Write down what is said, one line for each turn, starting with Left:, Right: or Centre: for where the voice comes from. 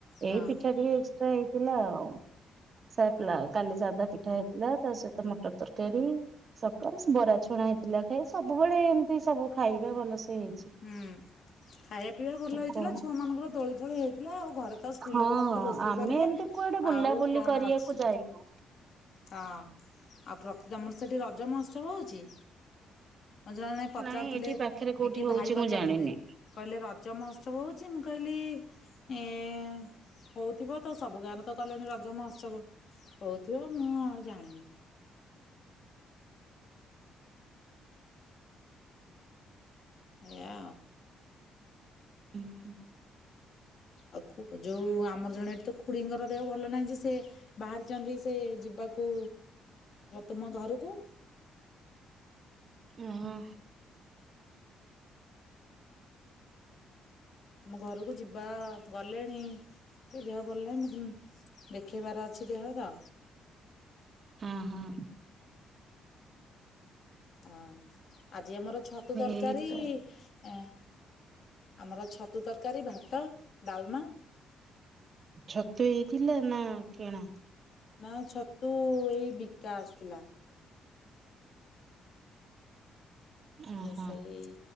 Left: ହଁ
Right: ଏଇ ପିଠା ଟିକେ ଏକ୍ସଟ୍ରା ହେଇଥିଲା ଆଉ। <unintelligible> କାଲି ସାଧା ପିଠା ହେଇଥିଲା, ତା ସହିତ ମଟର ତରକାରୀ। ସକାଳୁ ବରା ଛଣା ହେଇଥିଲା। ଖାଇ ସବୁବେଳେ ଏମିତି ସବୁ ଖାଇବା ଭଲସେ ହେଇ
Left: ହୁଁ। ଖାଇବା ପିଇବା ଭଲ ହେଇଥିଲା।
Right: କଣ
Left: ଛୁଆ ମାନଙ୍କର ଦୋଳି ଫୋଳି ହେଇଥିଲା। ଆଉ ଘରେ ତ ସ୍ତ୍ରୀ
Right: ହଁ
Left: ଲୋକ ମାନ ତ ରୋଷେଇ
Right: ଆମେ
Left: କରିବେ।
Right: ଏମିତି କୁଆଡେ ବୁଲାବୁଲି
Left: ଆଉ କଣ
Right: କରିବାକୁ
Left: ଅଛି।
Right: ଯାଇନୁ।
Left: ହଁ ଆଉ ପ୍ରତି ତମର ସେଠି ରଜ ମହୋତ୍ସବ ହଉଚି? ଜଣେ ପଚାରୁଥିଲେ
Right: ନାଇଁ ଏଠି ପାଖରେ କୋଉଠି
Left: କିଏ
Right: ହଉଛି
Left: ଭାଇ ପଚାରୁଥିଲେ
Right: ମୁଁ ଜାଣିନି।
Left: କହିଲେ ରଜ ମହୋତ୍ସବ ହଉଛି ମୁଁ କହିଲି ଏଁ ହଉଥିବ ତ ସବୁ ଗାଁରେ ତ କଲେଣି ରଜ ମହୋତ୍ସବ। ହଉଥିବ ମୁଁ ଆଉ ଜାଣିନି। ଏଆ।
Right: ଉଁ ହୁଁ।
Left: ଆଉ ଯୋଉ ଆମର ଜଣେ ଏଠି ତ ଖୁଡିଙ୍କର ଦେହ ଭଲ ନାହିଁ ଯେ ସେ ବାହାରିଚନ୍ତି ସେ ଯିବାକୁ ତୁମ ଘରୁକୁ
Right: ହଁ।
Left: ତମ ଘରକୁ ଯିବା ଗଲେଣି ତ ଦେହ ଭଲ ନାହିଁ ମ ଦେଖେଇବାର ଅଛି ଦେହ ତ।
Right: ହଁ ହଁ।
Left: ହଁ ଆଜି ଆମର ଛତୁ ତରକାରୀ
Right: ଏଇତ
Left: ଏ ଆମର ଛତୁ ତରକାରୀ, ଭାତ, ଡାଲମା।
Right: ଛତୁ ଏଇଥିଲା ନା କିଣା?
Left: ନା ଛତୁ ଏଇ ବିକା ଆସିଥିଲା।
Right: ଓହୋ
Left: ରୋଷେଇ